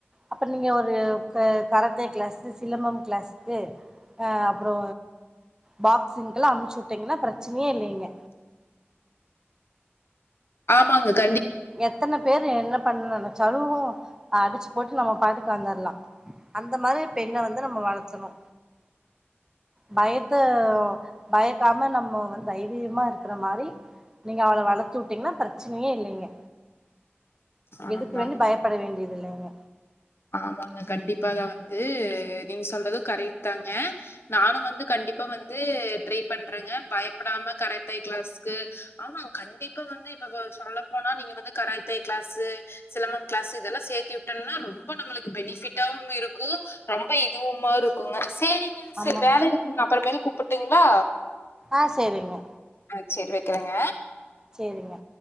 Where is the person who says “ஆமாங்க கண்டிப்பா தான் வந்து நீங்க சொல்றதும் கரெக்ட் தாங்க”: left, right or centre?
Left